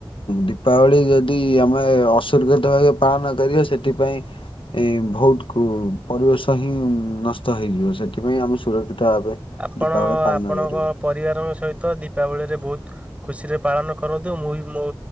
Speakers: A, on the left; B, on the right.
A: ଦୀପାବଳି ଯଦି ଆମର ଅସୁରକ୍ଷିତ ଭାବେ ପାଳନ କରିବ ସେଥିପାଇଁ ଏ ବହୁତ ପରିବେଶ ହିଁ ନଷ୍ଟ ହେଇଯିବ ସେଥିପାଇଁ ଆମେ ସୁରକ୍ଷିତ ଭାବେ
B: ଆପଣ
A: ଦୀପାବଳି ପାଳନ
B: ଆପଣଙ୍କ
A: କରିବା
B: ପରିବାରଙ୍କ ସହିତ ଦୀପ ଦୀପାବଳିରେ ବହୁତ ଖୁସି ରେ ପାଳନ କରନ୍ତୁ। ମୁଁ ବି ମୋ